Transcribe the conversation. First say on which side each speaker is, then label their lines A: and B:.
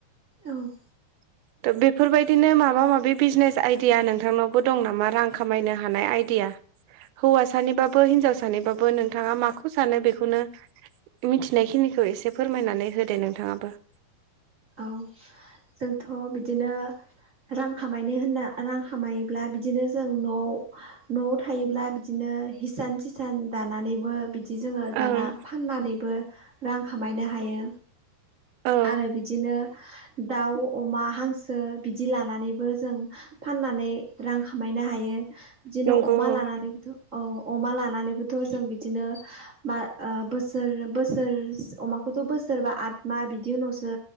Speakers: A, on the right; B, on the right.
A: औ।
B: <inaudible> दा बेफोरबायदिनो माबा माबि बिजनेस आइदिया नोंथांनावबो दं नामा रां खामायनो हानाय आइडिया? हौवाासानिबाबो हिनजावसानिबाबो नोंथाङा माखौ सानो बेखौनो मिथिनायखिनिखो एसे फोरमायनानै होदो नोंथाङाबो।
A: औ जोंथ' बिदिनो रां खामायनो होनना रां खामायोब्ला बिदिनो जों न'आव न'आव थायोब्ला बिदिनो हिसान सिसान दानानैबो बिदि बिदि जोङो दाना
B: ओं
A: फाननानैबो रां खामायनो हायो
B: औ
A: आरो बि दाउ अमा हांसो बिदि लानानैबो जों फाननानै रां खामायनो हायो बिदिनो
B: नंगौ
A: अमा
B: औ
A: लानानै औ अमा लानानैबोथ' जों बिदिनो मा ओ बोसोर बोसोर अमाखौथ' बोसोरबा आद मा बिदि उनावसो